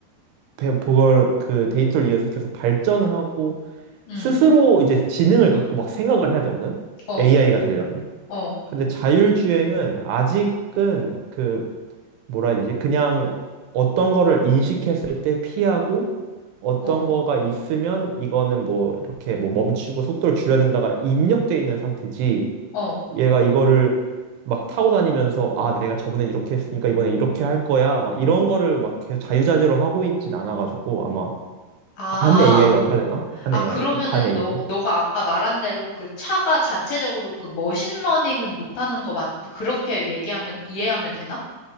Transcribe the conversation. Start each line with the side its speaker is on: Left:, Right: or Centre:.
Right: 배- 그걸 그 데이터를 이어서 계속 발전을 하고
Left: 응,
Right: 스스로 이제 지능을 갖고 막 생각을 해야 되거든.
Left: 어,
Right: AI가 되려면.
Left: 어,
Right: 근데 자율주행은 아직은 그 뭐라 해야 되지? 그냥 어떤 거를 인식했을 때 피하고 어떤
Left: 어,
Right: 거가 있으면 이거는 뭐 이렇게 뭐 멈추고 속도를 줄여야 된다가 입력돼 있는 상태지.
Left: 어.
Right: 얘가 이거를 막 타고 다니면서 아 내가 저번에 이렇게 했으니까 이번에 이렇게 할 거야 막 이런 거를 막 계속 자유자재로 하고 있진 않아가지고 아마
Left: 아,
Right: 반 AI라고 해야 되나? 반
Left: 아,
Right: AI,
Left: 그러면은
Right: 반 AI.
Left: 너, 너가 아까 말한 대로 그 차가 자체적으로 그 머신러닝은 못하는 거 맞, 뭐 그렇게 얘기하면, 이해하면 되나?